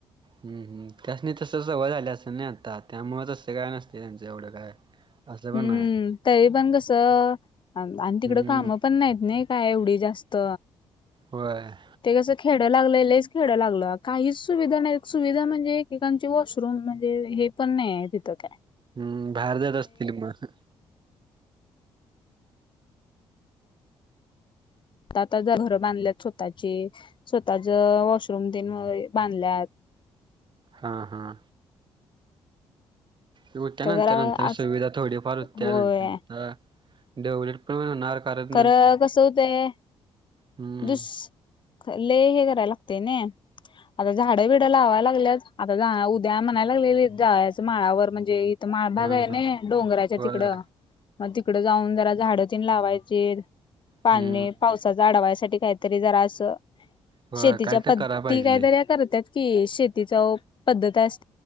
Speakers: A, on the right; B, on the left.
A: हम् हम त्यास नी तसं सवय व झाल्या असं नाही आता त्यामुळे तस काय नसते त्यांचं एवढं काय. असं
B: हम्म
A: पण आहे
B: तरी पण कसं आणि तिकड
A: हम्म
B: कामं पण नाहीत नाही. काय एवढी जास्त.
A: व्हय.
B: ते कस खेरड्या लागलं लच खेरड्या लागलं काहीच सुविधा नाही सुविधा म्हणजे लकांचे वॉशरूम म्हणजे हे पण नाही आहे तिथं काय
A: हम्म बाहेर जात असतील मग.
B: आता ज घरं बांधल्यात स्वतः ची स्वतः ज वॉशरूम देन बांधल्यात.
A: हां हां. होत्यानंतर
B: तर जरा
A: नंतर
B: आज
A: सुविधा थोडीफार होत्या
B: होय
A: नंतर डेवलप पण होणार. कारण
B: खरं
A: नं-
B: कस होतंय.
A: हम्म
B: दुस ले हे करायला लागते न. आता झाडं बिड लावायला लागल्यात आता उद्या म्हणायला लागले जाळ्याच्या माळावर म्हणजे माळभगायने
A: हा हा
B: आहे ना डोंगराच्या
A: होय
B: तिकडं. मग तिकड जाऊन जरा झाडं तीन लावायचे पाणी
A: हम्म
B: पावसाचा आडवायच. कात जरा असं
A: होय
B: शेतीच्या
A: काय तर
B: पत्ती
A: करा पाहिजे
B: काहीतरी करत्यात की शेतीचा पद्धत अस